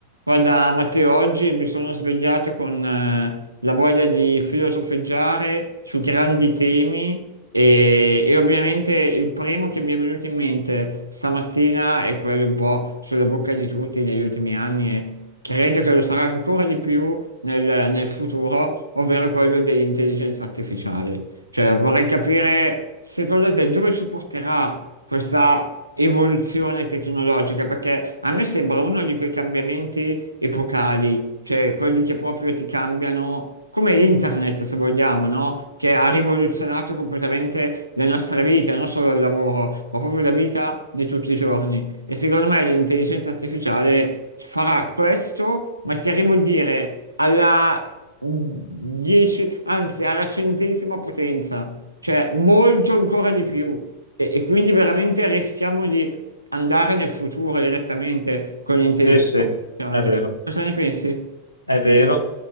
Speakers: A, on the right; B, on the left.
A: Guarda, Matteo, oggi mi sono svegliato con eh, la voglia di filosofeggiare su grandi temi e, e ovviamente il primo che mi è venuto in mente stamattina è quello un po' sulla bocca di tutti negli ultimi anni e credo che lo sarà ancora di più nel, nel futuro, ovvero quello dell'intelligenza artificiale. Cioè, vorrei capire, secondo te, dove ci porterà questa evoluzione tecnologica? Perché a me sembra uno di quei cambiamenti epocali, cioè quelli che proprio ti cambiano, come internet, se vogliamo, no? Che ha rivoluzionato completamente le nostre vite, non solo il lavoro, ma proprio la vita di tutti i giorni. E secondo me l'intelligenza artificiale farà questo, ma ti arrivo a dire alla 10, anzi alla centesima potenza, cioè molto ancora di più. E, e quindi veramente rischiamo di andare nel futuro direttamente con l'intelligenza
B: Sì, sì,
A: artificiale.
B: è vero.
A: Cosa ne pensi?
B: È vero.